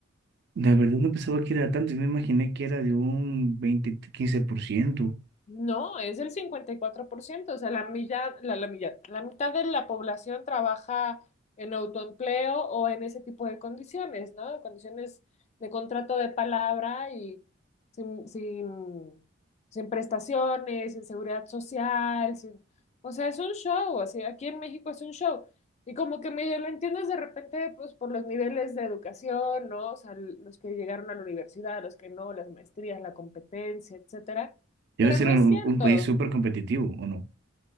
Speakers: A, on the right; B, on the left.
A: La verdad no pensaba que era tanto, yo me imaginé que era de un veinte quince por ciento
B: No, es el cincuenta y cuatro por ciento o sea, la milla, la, la milla- la mitad de la población trabaja en autoempleo o en ese tipo de condiciones, ¿no? Condiciones de contrato de palabra y sin, sin, sin prestaciones, sin seguridad social, sin... O sea, es un show, así, aquí en México es un show. Y como que medio lo entiendes de repente, pues por los niveles de educación, ¿no? O sea, los que llegaron a la universidad, los que no, las maestrías, la competencia, etcétera
A: Debe
B: pero
A: ser
B: no
A: un,
B: es cierto.
A: un país súper competitivo, ¿o no?